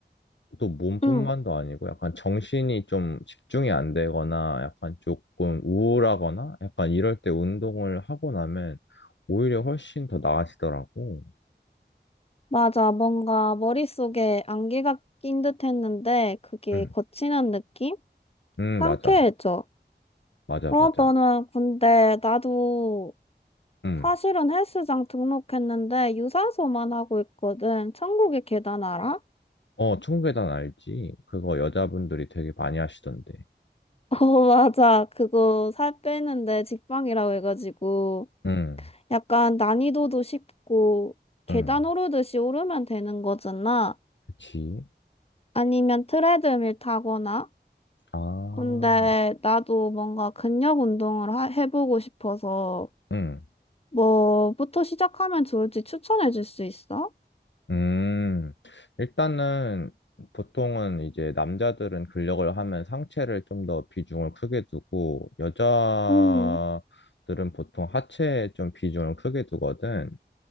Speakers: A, on the left (about 85°); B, on the left (about 35°).
A: 또 몸뿐만도
B: 음,
A: 아니고 약간 정신이 좀 집중이 안 되거나 약간 조금 우울하거나 약간 이럴 때 운동을 하고 나면 오히려 훨씬 더 나아지더라고.
B: 맞아. 뭔가 머릿속에 안개가 낀 듯 했는데 그게
A: 응,
B: 거친한 느낌?
A: 응,
B: 상쾌해져.
A: 맞아. 맞아,
B: 어
A: 맞아.
B: 너는 근데 나도
A: 응.
B: 사실은 헬스장 등록했는데 유산소만 하고 있거든. 천국의 계단 알아?
A: 어, 청계단 알지? 그거 여자분들이 되게 많이 하시던데.
B: <laughs> 어, 맞아. 그거 살 빼는데 직방이라고 해가지고
A: 응,
B: 약간 난이도도 쉽고 계단
A: 응.
B: 오르듯이 오르면 되는 거잖아.
A: 그치?
B: 아니면 트레드밀 타거나
A: 아.
B: 근데 나도 뭔가 근력 운동을 하, 해보고 싶어서
A: 음,
B: 뭐부터 시작하면 좋을지 추천해 줄 수 있어?
A: 음, 일단은 보통은 이제 남자들은 근력을 하면 상체를 좀 더 비중을 크게 두고 여자들은
B: 음,
A: 보통 하체에 좀 비중을 크게 두거든.